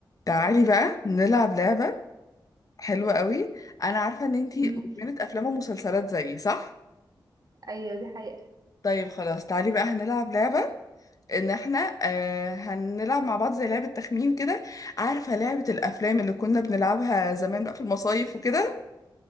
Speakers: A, on the left (about 45°); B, on the right (about 50°).
A: تعالي بقى نلعب لعبة حلوة قوي أنا عارفة إن أنتي
B: امم
A: مدمنة أفلام ومسلسلات زيي صح؟
B: ايوه دي حقيقة
A: طيب خلاص تعالي بقى هنلعب لعبة إن احنا آه هنلعب مع بعض زي لعبة تخمين كده عارفة لعبة الأفلام اللي كنا بنلعبها زمان بقى في المصايف وكده